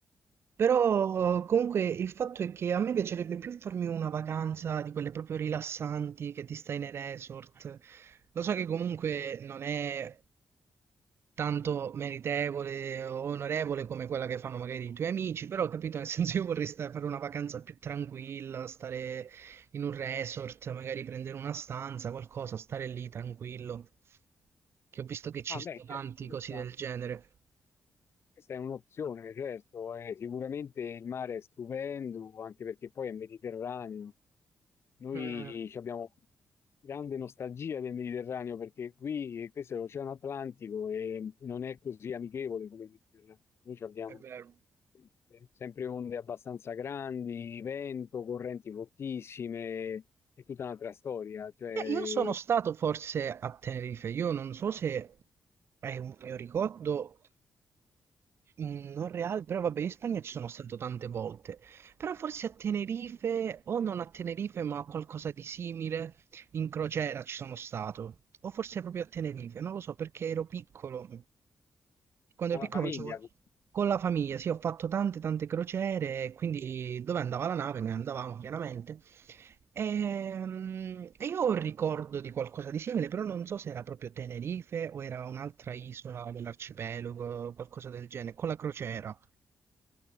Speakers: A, on the right (about 55°); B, on the left (about 60°).
A: però comunque il fatto è che a me piacerebbe più farmi una vacanza di quelle proprio rilassanti che ti stai nei resort. Lo so che comunque non è tanto meritevole o onorevole come quella che fanno magari i tuoi amici, però capito, nel <laughs> senso io vorrei sta- fare una vacanza più tranquilla, stare in un resort, magari prendere una stanza, qualcosa, stare lì tranquillo, che ho visto che ci
B: Ah,
A: sono
B: beh,
A: tanti
B: certo, questa-
A: così del genere.
B: Questa è un'opzione, certo, eh, sicuramente il mare è stupendo, anche perché poi è Mediterraneo. Noi
A: Mh,
B: ci abbiamo grande nostalgia del Mediterraneo perché qui, eh, questo è l'Oceano Atlantico e non è così amichevole come il Mediterraneo. Noi ci abbiamo
A: è vero.
B: sempre sempre onde abbastanza grandi, vento, correnti fortissime, è tutta un'altra storia. Cioè,
A: Eh, io sono stato forse a Tenerife, io non so se è un mio ricordo mh, non reale, però vabbè, in Spagna ci sono stato tante volte, però forse a Tenerife, o non a Tenerife, ma a qualcosa di simile, in crociera ci sono stato, o forse proprio a Tenerife, non lo so perché ero piccolo, quando
B: con
A: ero
B: la
A: piccolo
B: famiglia,
A: facevo
B: qui
A: con la famiglia, sì, ho fatto tante tante crociere, e quindi dove andava la nave ne andavamo chiaramente. Ehm, E io ho un ricordo di qualcosa di simile, però non so se era proprio Tenerife o era un'altra isola dell'arcipelago, qualcosa del genere, con la crociera.